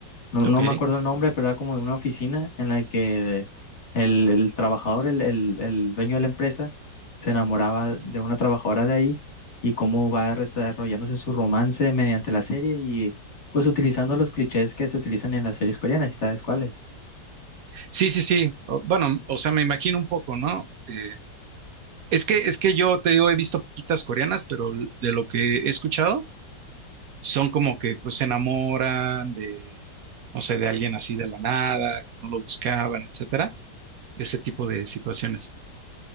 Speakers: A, on the left (about 40°); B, on the right (about 70°).
A: No, no
B: Ok.
A: me acuerdo el nombre, pero era como de una oficina en la que el, el trabajador, el, el, el dueño de la empresa, se enamoraba de una trabajadora de ahí y cómo va desarrollándose su romance mediante la serie y pues utilizando los clichés que se utilizan en las series coreanas, ¿y sabes cuáles?
B: Sí, sí, sí. O- bueno, o sea, me imagino un poco, ¿no? Eh, es que, es que yo te digo, he visto poquitas coreanas, pero l- de lo que he escuchado, son como que pues se enamoran de, no sé, de alguien así de la nada, que no lo buscaban, etcétera. ese tipo de situaciones.